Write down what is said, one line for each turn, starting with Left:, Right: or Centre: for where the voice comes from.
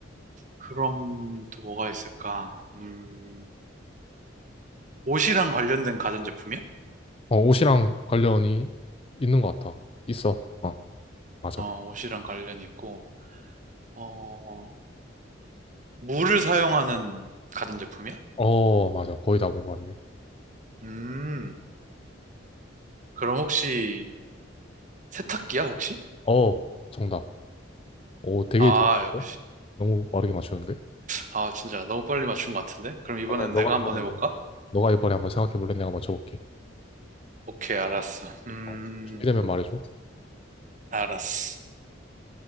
Right: 그럼 또 뭐가 있을까? 음, 옷이랑 관련된 가전제품이야?
Left: 어, 옷이랑 관련이 있는 것 같아. 있어. 어, 맞아.
Right: 어, 옷이랑 관련 있고, 어, 물을 사용하는 가전제품이야?
Left: 어, 맞아. 거의 다 본 것 같네.
Right: 음, 그럼 혹시 세탁기야, 혹시?
Left: 어, 정답. 오, 되게
Right: 아,
Left: 잘하는데?
Right: 역-
Left: 너무 빠르게 맞추는데?
Right: 아, 진짜 너무 빨리 맞춘 것 같은데? 그럼 이번엔
Left: 그러면 너가
Right: 내가 한번
Left: 이번에 한번,
Right: 해볼까?
Left: 너가 이번에 한번 생각해볼래? 내가 맞춰볼게.
Right: 오케이, 알았어. 음,
Left: 어, 준비되면 말해줘.
Right: 알았어.